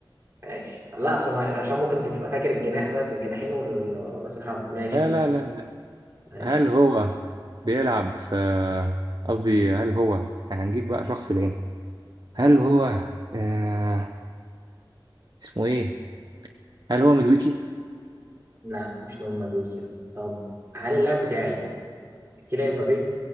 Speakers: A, on the right; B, on the right.
A: ماشي لا اصل ما- عشان ممكن تبقى فاكر الجناح بس الجناحين والراس الحرب ماشي
B: لا
A: خلاص
B: لا لا
A: ماشي
B: هل هو بيلعب في قصدي هل هو هنجيب بقى شخص بعينه هل هو آه... اسمه ايه هل هو مدويكي
A: لا مش نوم مدوي كده طب هل اللاعب بتاعي كيليان مبابي